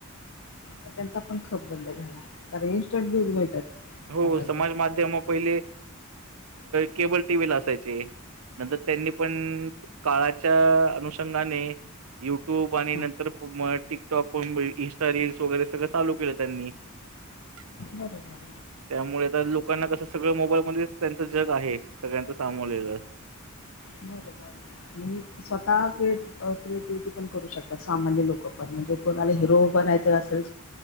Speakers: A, on the left (about 65°); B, on the right (about 85°).
A: तर त्यांचा पण खप बंद झाला कारण इन्स्टंट व्ह्यूज मिळतात
B: हो
A: मोबाईलवर
B: समाज माध्यम पहिले केबल टीव्ही ला असायचे नंतर त्यांनी पण काळाच्या अनुषंगाने युट्यूब आणि
A: हा
B: नंतर टिकटॉकण इंस्टा रीलल्स वगैरे सगळं चालू केलं त्यांनी <inaudible>
A: बरोबर
B: त्यामुळे आता लोकांना कसं सगळं मोबाईलमध्येच त्यांचं जग आहे सगळ्यांच सामोरलेलं <inaudible>
A: बरोबर स्वतः क्रिएट क्रिएटिव्हिटी पण करू शकतात सामान्य लोक पण म्हणजे कोणाला हिरो बनायचं स्व